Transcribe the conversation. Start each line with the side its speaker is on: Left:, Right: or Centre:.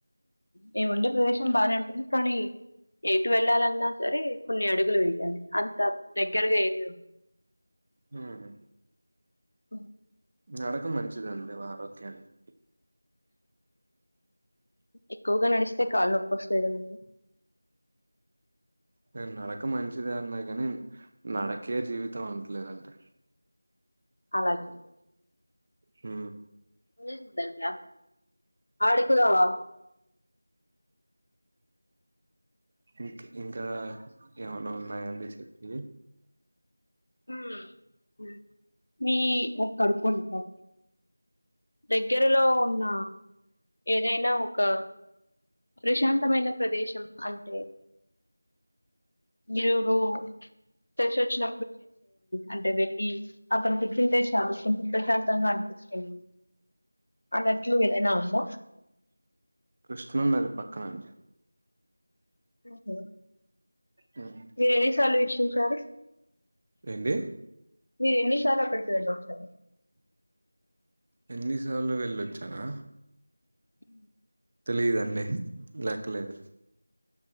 Left: మేముండే ప్రదేశం బానే ఉంటుంది కానీ, ఎటు వెళ్ళాలన్నా సరే కొన్ని అడుగులు వేయాలి అంత దగ్గరగా ఏది ఉన్
Right: హ్మ్
Left: ఉ
Right: నడక మంచిదిండి ఆరోగ్యానికి
Left: ఎక్కువగా నడిస్తే కాళ్లునొప్పోస్తాయ్ కదండి.
Right: నేన్ నడక మంచిదే అన్నా కాని నడకే జీవితం అంటలేనండి.
Left: అలాగే
Right: హ
Left: అ సందర క ఆడుకుదావా?
Right: ఇంకా ఇంకా, ఏమన్న ఉన్నాయ అండి చెప్పి
Left: హ ఉమ్ మీ ఒకడుకును దగ్గరలో ఉన్న ఏదైనా ఒక ప్రశాంతమైన ప్రదేశం అంటే మీరు తెలిసోచ్చిన అంటే వెళ్లి అక్కడ కుక్కింగ్ పేస్ట్ కొంచం ప్రశాంతంగా అనిపిస్తుంది అన్నట్లు ఏదన్న ఉందా?
Right: కృష్ణ నది పక్కనండి
Left: ఓహో
Right: హ్మ్
Left: ఏ ఈ సారి టు సారి
Right: ఏంది
Left: మీరు ఎన్నిసార్ల పెడుతు డాక్సర్
Right: ఎన్నిసార్లు వెళ్ళొచ్చానా?
Left: హ
Right: తెలిదండి? లెక్కలేదు